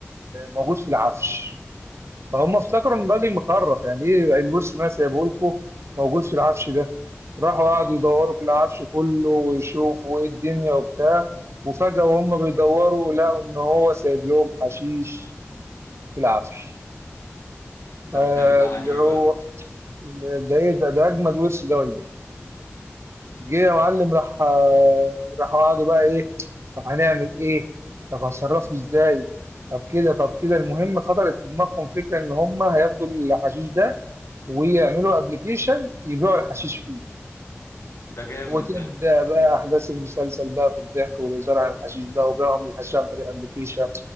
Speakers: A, on the right (about 65°); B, on the left (about 70°).
A: موجود في العفش فهم افتكروا ان الراجل مخرف يعني ايه الورث ما سايبه لكم موجود في العفش ده راحوا قعدوا
B: اه
A: يدوروا في العفش كله ويشوفوا ايه الدنيا وبتاع وفجأة وهم بيدوروا لقوا ان هو سايب لهم حشيش في العفش فاللي
B: يا ابن اللعيبة
A: هو ده ايه ده ده اجمد ورث ده ولا ايه؟ جه يا معلم راح آه، راحوا قعدوا بقى ايه طب هنعمل ايه طب هنصرفه ازاي طب كده طب كده المهم خطرت في دماغهم فكره ان هم هياخدوا الحشيش ده ويعملوا ابلكيشن يبيعوا الحشيش فيه
B: ده جامد
A: وتبدا
B: ده
A: بقى احداث المسلسل بقى في الضحك والهزار عن الحشيش بقى وبيعهم الحشيش عن طريق ابلكيشن